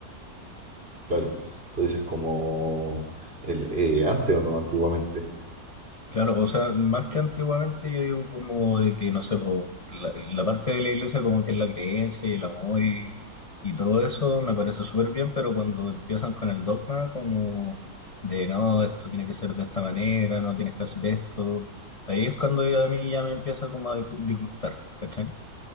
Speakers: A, on the right (about 40°); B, on the left (about 40°).
A: claro. Tú dices como el, eh, antes o no, antiguamente.
B: Claro, o sea, más que antiguamente yo digo como de que, no sé, po, la, la parte de la iglesia como que es la creencia y el amor y, y todo eso me parece súper bien, pero cuando empiezan con el dogma como de no, esto tiene que ser de esta manera, no tienes que hacer esto, ahí es cuando ya a mí ya me empieza como a disgustar, ¿cachai?